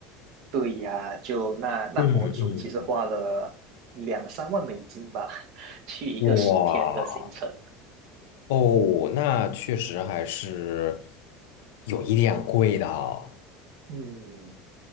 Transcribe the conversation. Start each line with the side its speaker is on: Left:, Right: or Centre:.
Right: 对呀，就那那博主其实花了两三万美金吧，
Left: 嗯嗯，
Right: <laughs> 去一个十天的行程。
Left: 哇哦，那确实还是有一点贵的哦。
Right: 嗯，